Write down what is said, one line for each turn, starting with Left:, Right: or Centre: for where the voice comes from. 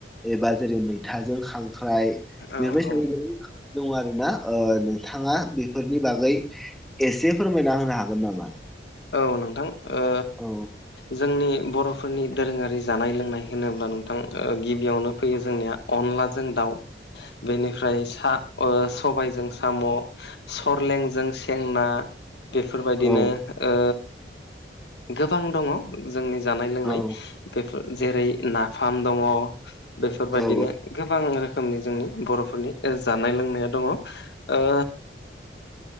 Centre: एबा जेरै मैथाजों खां ख्राइ
Left: औ
Centre: बेफोरबायसाबो
Left: औ
Centre: गोबां दं आरो ना? नोंथाङा बेफोरनि बागै एसे फोरमायना होनो हागोन नामा?
Left: औ नोंथां। ओ
Centre: औ
Left: जोंनि बर'फोरनि दोरोङारि जानाय लोंनाय होनोब्ला नोंथां ओ गिबियावनो फैयो जोंनिया अनलाजों दाउ।
Centre: <unintelligible>
Left: बेनिफ्राय सा ओ सबायाइजों साम'। सरलेंजों सें ना बेफोरबायदिनो
Centre: औ
Left: ओ गोबां दङ' जोंनि जानाय लोंनाय।
Centre: औ
Left: बेफोर जेरै नाफाम दङ'। बेफोरबायदिनो
Centre: औ
Left: गोब बां रोखोमनि जोंनि बर'फोरनि ओ जानाय लोंनाया दङ'। ओ